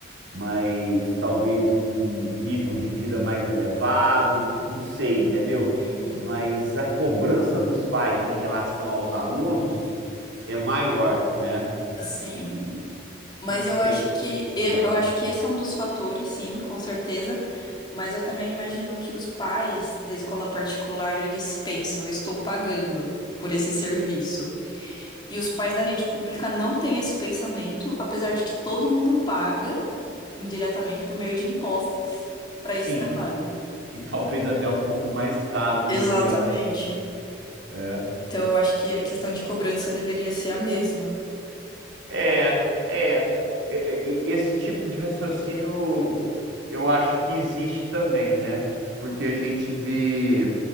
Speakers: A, on the right; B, on the left.
A: mas talvez um nível de vida mais elevado, não sei, entendeu?
B: uhum.
A: Mas a cobrança dos pais em relação aos alunos é maior, né?
B: Assim,
A: E
B: mas
A: não sei.
B: eu acho que
A: ah,
B: eu acho que esse é um dos fatores, sim, com certeza. Mas eu também imagino que os pais da escola particular, eles pensam, eu estou pagando por esse serviço. E os pais da rede pública não têm esse pensamento, apesar de que todo mundo paga indiretamente por meio de impostos para
A: sim,
B: esse trabalho.
A: e talvez até um pouco mais caro, né,
B: Exatamente.
A: Juliano? É.
B: Então, eu acho que a questão de cobrança deveria ser a mesma.
A: É, é. E- e- e- Esse tipo de raciocínio eu acho que existe também, né? Porque
B: Uhum.
A: a gente vê,